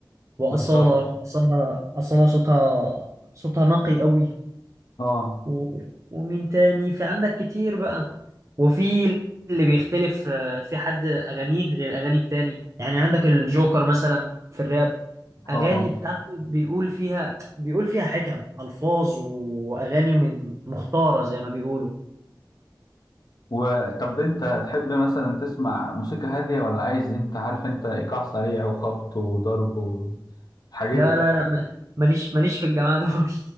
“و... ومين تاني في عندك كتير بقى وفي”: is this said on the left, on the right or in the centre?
Right